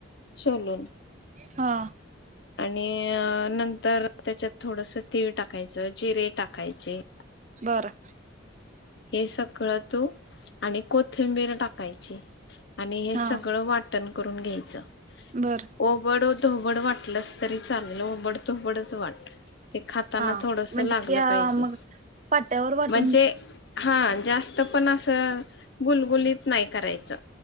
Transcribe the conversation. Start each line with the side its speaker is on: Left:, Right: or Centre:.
Left: सोलून
Right: हा
Left: आणि अ नंतर त्याच्यात थोडस तीळ टाकायचं जिरे टाकायचे
Right: बरं.
Left: हे सगळं तू आणि कोथिंबीर टाक. पाईचेआणि हे
Right: हा
Left: सगळं वाटण करून घ्यायचं.
Right: बर
Left: ओ बड तोबड वाटलस तरी चालेल ओबड तोबडच वाट. ते खातांना
Right: हा
Left: थोडस
Right: म्हणजे
Left: लागलं
Right: त्या
Left: पाहिजे
Right: मग पाट्यावर वाटून
Left: म्हणजे हा जास्त पण असं गुलगुलीत नाही करायचं